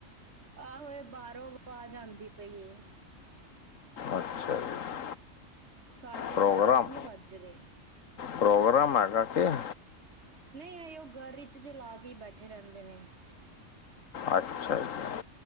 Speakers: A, on the right; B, on the left.
A: ਆਹੋ, ਇਹ ਬਾਹਰੋਂ ਆਵਾਜ਼ ਆਂਦੀ ਪਈ ਏ।
B: <inaudible> ਅੱਛਾ। ਜੀ
A: ਸਾਡੇ
B: ਪ੍ਰੋਗਰਾਮ
A: ਘਰ 'ਚ ਨਹੀਂ ਵੱਜ ਰਹੇ।
B: ਪ੍ਰੋਗਰਾਮ ਆ। ਨਰਾਤੇ ਆ।
A: ਨਹੀਂ ਇਹੀਓ ਘਰ ਵਿੱਚ ਚਲਾ ਕੇ ਹੀ ਬੈਠੇ ਰਹਿੰਦੇ ਨੇ।
B: <inaudible> ਅੱਛਾ ਜੀ।